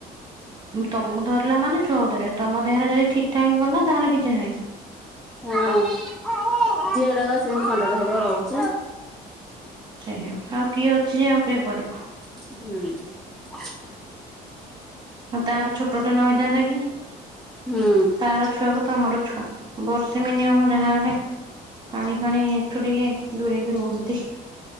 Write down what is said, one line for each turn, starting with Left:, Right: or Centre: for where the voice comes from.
Right: ତମକୁ ଧରିଲା ମାନେ ଛୁଆଙ୍କୁ ଧରିବ ତମ ଦେହରେ ଯଦି ଠିକ ଠାକ ଗଲା ତାହେଲେ କିଛି ନାହିଁ।
Centre: ହଁ ଝିଅଟା କୁ ବା ସେମିତି ଥଣ୍ଡା ଧରିକି ରହୁଛି।
Right: ସେଇଆ ପା ଆଉ କିଏ ଅଛି ଯେ କିଏ କରିବ?
Centre: ହୁଁ।
Right: ହଁ ତାର ଛୋଟଟେ ନ ହେଇଥାନ୍ତା କି?
Centre: ହୁଁ।
Right: ତାର ଛୁଆକୁ ତମର ଛୁଆ ବର୍ଷେ ମିନିମମ ଯାହାରେ ପାଣି ଫାଣି ଏଠୁ ଟିକେ ଦୂରେଇକି ରୁହନ୍ତି।